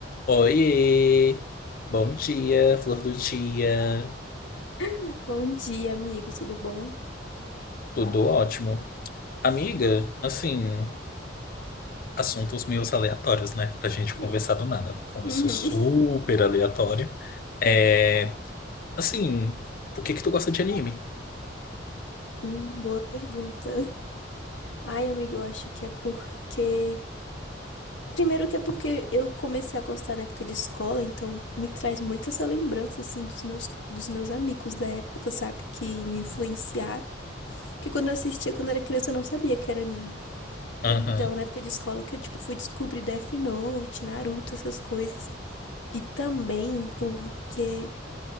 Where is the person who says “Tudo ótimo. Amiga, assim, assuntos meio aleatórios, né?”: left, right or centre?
Left